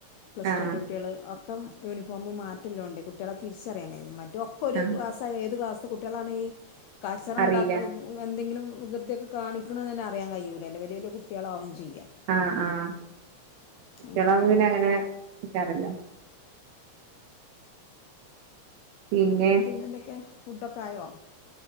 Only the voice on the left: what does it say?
പ്ലസ്
ടുൂവിൻ്റെ കുട്ടികൾ ഒക്കെ യൂണിഫോമ് മാറ്റല്ലോ ഉണ്ട് കുട്ട കുട്ടികളെ തിരിച്ചറിയാൻ കഴിയും ഒക്ക ഒരു
ക്ലാസ് ഏത് ക്ലാസിലെ കുട്ടിയാ കുട്ടികളാണ് കച്ചറ
ഉണ്ടാക്കുന്നത് എന്തെങ്കിലും വികൃതിയൊക്കെ കാണിക്ക്‌ണ് അറി പറയാൻ കഴയിൂല്ല വല്ല കുട്ട്യാളം ചെയ്യക
അങ്ങനെയൊക്കെ ആവുമ്പോൾ
പിന്നെന്തൊക്കെ ഫു ഡോ ക്കായോ